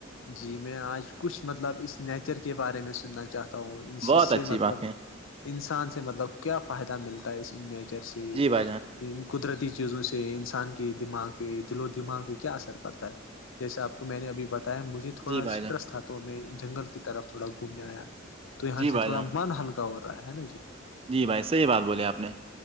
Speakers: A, on the left; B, on the right.
A: جی میں آج کچھ مطلب اس نیچر کے بارے میں سننا چاہتا ہ وں
B: بہت
A: اس سے
B: اچھی
A: مطلب
B: بات کہیں
A: انسان سے مطلب کیا فائدہ ملتا ہے اس نیچر سے
B: جی بھائی جان
A: قدرتی چیزوں سے انسان کے دماغ پہ دل و دماغ پہ کیا اثر پڑتا ہے جیسے آپ کو میں نے ابھی بتایا مجھ م تھوڑا
B: جی بھائی
A: اسٹرس
B: جان
A: تھا تو ہمیں جنگل کی طرف تھوڑا گھومنے آیا تو یہاں
B: جی
A: سے
B: بھائی
A: تھوڑا
B: جان
A: من ہلکا ہو رہا ہے نا جی
B: جی بھائی صحیح بات بولیں اپ نے